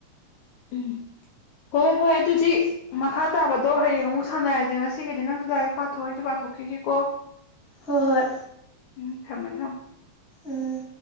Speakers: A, on the left (about 80°); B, on the left (about 35°).
A: ꯎꯝ ꯍꯣꯏ ꯍꯣꯏ ꯑꯗꯨꯗꯤ ꯃꯈꯥ ꯇꯥꯕꯗꯣ ꯍꯌꯦꯡ ꯑꯃꯨꯛ ꯁꯥꯟꯅꯔꯁꯦ ꯉꯁꯤꯒꯤꯗꯤ ꯅꯪꯁꯨ ꯂꯥꯏꯔꯤꯛ ꯄꯥꯊꯣꯛ ꯑꯩꯁꯨ ꯄꯥꯊꯣꯛ ꯄꯊꯣꯛꯈꯤꯒꯦ ꯀꯣ
B: ꯍꯣꯏ ꯍꯣꯏ
A: ꯎꯝ ꯊꯝꯃꯦ ꯊꯝꯃꯦ
B: ꯎꯝ